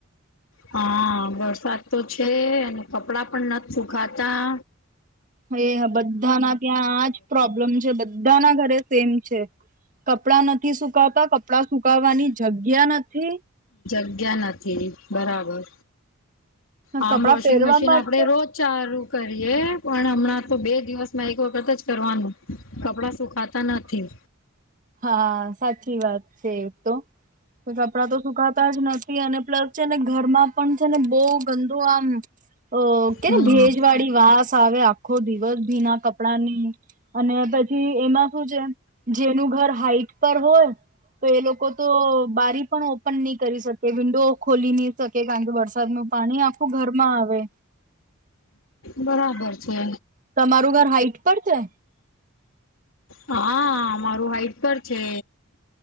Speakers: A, on the left (about 70°); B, on the right (about 40°).
A: હા વરસાદ તો છે. અને કપડા પણ નથી સુુંકાતા
B: હ હા બધાના ત્યાં આજ પ્રોબ્લેમ છે. બધા ના ઘરે સેમ છે કપડા નથી સુકતા કપડા સુકવાની જગ ગ્યા નથી?
A: જગ્યા નથી. બરાબર આમ
B: કપડાં
A: વોશિંગ
B: પહેરવા
A: મશીન
B: માટે
A: આપડે રોજ ચારું કરીએ પણ હમણાં તો બે દિવસમાં એક વખત જ કરવાનું કપડા સુખા તા નથી
B: હા સાચી વાત છે તો કો કપડાં તો સુકાતા જ નથી અને પ્લસ છે ને ઘરમાં પણ છે ને બહ ગંદુ આમ ઓ કે
A: હમ
B: ને ભેજ વાળી વાસ આવે આખો દિવસ ભીના કપડાની. અને પછી એમાં શું છે જેનું ઘર હાઈટ પર હોય તો એ લોકો તો બારી પણ પણ નહી કરી શકે વિન્ડો ખોલી નહી શકે કારણ કે વરસાદ નું પાણી આખું ઘરમાં આવે.
A: બરાબર છે.
B: તમારું ઘર હાઈટ પર છે.?
A: હા મારું હાઈટ પણ છે.